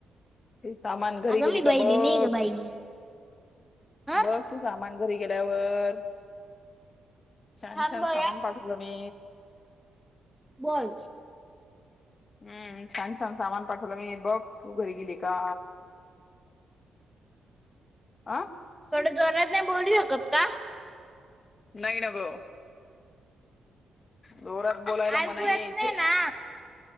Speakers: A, on the left; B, in the centre.
A: ते सामान घरी
B: अगं
A: गेली
B: मी बहिरी
A: का बघ
B: नाही ग बाई ह
A: बस तू सामान घरी गेल्यावर छान
B: थांब
A: छान
B: बया
A: समान पाठलो मी
B: बोल
A: हम्म छान छान सामान पाठवलं मी बघ तू घरी गेली का. अ.
B: थोड जोरात नाय बोलू शकत का.
A: नाही ना ग. जोरात बोलायला मनाई
B: ऐकू येत
A: आहेे इथे.
B: नाही ना